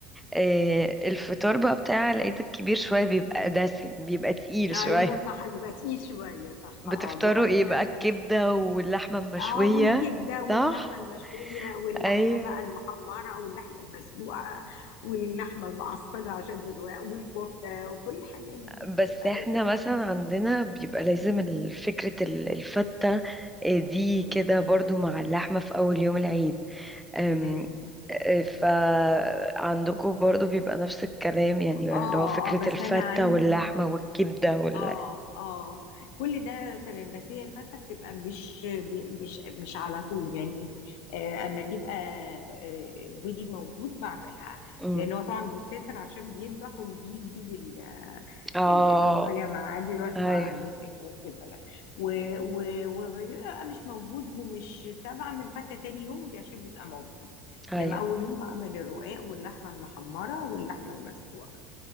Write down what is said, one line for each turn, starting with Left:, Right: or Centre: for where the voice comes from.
Centre: إيه الفطار بقى بتاع العيد الكبير شوية بيبقى دسم بيبقى تقيل
Left: ايوه
Centre: شوية
Left: صح بيبقى تقيل شويه صح
Centre: بتفطروا
Left: اه دي حقيقه
Centre: ايه بقى الكبدة واللحمة المشوية
Left: اه والكبده واللحمه
Centre: صح؟
Left: المشويه واللحمه
Centre: ايوه
Left: بقى المحمره واللحمه المسلوقه واللحمه المعصجه عشان الرواق والكفته وكل الحاجات دي
Centre: بس
Left: بتتعمل
Centre: احنا مثلا عندنا بيبقى لازم ال- فكرة ال- الفتة آه، دي
Left: مم،
Centre: كده
Left: مم،
Centre: برضو مع
Left: مم.
Centre: اللحمة في أول يوم العيد أم،
Left: تمام
Centre: آه، فعندكم برضو بيبقى نفس الكلام يعني
Left: اه
Centre: اللي هو فكرة
Left: اه بس
Centre: الفتة
Left: انا عندي
Centre: واللحمة والكبدة وال
Left: اه اه كل ده تمام بس هي الفتة بتبقى مش مش مش على طول يعني آه، اما بيبقى آه، جوزي موجود بعملها
Centre: مم.
Left: لان هو طبعا بيسافر عشان بيذبح وبيجيب ال-
Centre: اه
Left: ال- الاضحيه معاه بيوزع
Centre: ايوه
Left: جزء هناك في البلد و- و- وبيبقى مش موجود ومش بتاع بعمل فتة تاني يوم عشان بيبقى موجود
Centre: ايوه
Left: لما اول يوم بعمل الرقاق واللحمه المحمره واللحمه المسلوقه